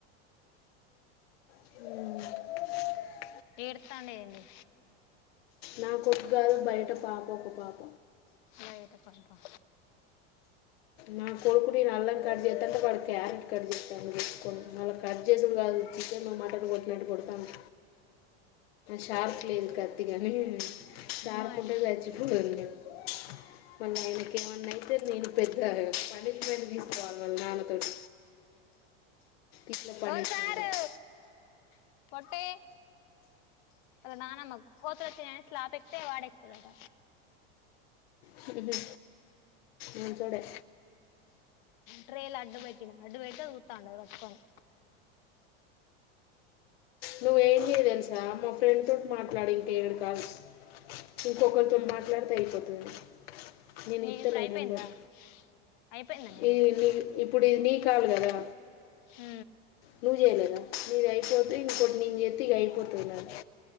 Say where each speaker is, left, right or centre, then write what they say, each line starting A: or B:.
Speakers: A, on the left; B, on the left.
A: మ్మ్
B: ఏడుతాండ్ ఏంది
A: నాకొడుక్ కాదు బయట పాప ఒక పాప
B: బయట పాప
A: నా కొడుకు నేన్ అల్లం కట్ చేస్తాంటే వాడు క్యారెట్ కట్ చేస్తాండు తెచ్చుకొని మళ్ళ కట్ చేసుడు కాదు చికెను మటను కొట్టినట్టు కొడతాండు షార్ప్ లేదు కత్తి కాని షార్ప్
B: మరి
A: ఉంటే చచ్చిపోదున్ నేన్ మళ్ళా ఐనకి ఏమన్నాయితే నేను పెద్ద పనిష్మెంట్ తీసుకోవాలి వాల్ నాన్నతోటి ఇట్లా పనిష్మెంట్
B: ఏల్ సారు, పొట్టె అద నానమ్మకు కోతులొచ్చాయ్ అని స్లాప్ ఎక్తే వాడెక్త అట
A: హు హు మంచొడే
B: ట్రేల్ అడ్డు పెట్టినా, అడ్డు పెడితే ఉ తాండు వట్కొని
A: నువ్ ఏని తెల్స మా ఫ్రెండ్ తోటి మాట్లాడి ఇంకేడు కాదు, ఇంకొకరితోటి
B: ఉమ్
A: మాట్లాడితే అయిపోతది. నేను
B: నీది
A: ఇత్తలే
B: ఇప్పుడు అయిపోయిందా
A: నెంబరు,
B: అయిపోయిందా నీది
A: ఏ నీ ఇప్పుడు ఇనీ కాల్ కదా
B: హు
A: నువు చెయ్ లేద, నిది అయ్ పోతె ఇంకోటి నేచేత్తె ఇగ అయిపోతది నాది